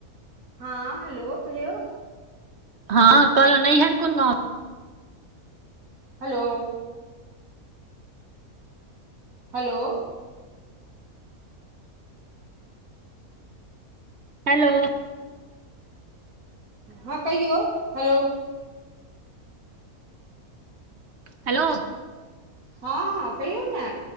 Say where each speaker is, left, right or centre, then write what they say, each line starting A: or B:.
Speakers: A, on the right; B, on the right.
A: हँ, हेलो! कहियौ।
B: हँ, कहलौं नैहर कोन गाँव?
A: हेलो! हेलो!
B: हेलो!
A: हँ कहियौ, हेलो!
B: हेलो!
A: हँ -हँ कहियौ ने,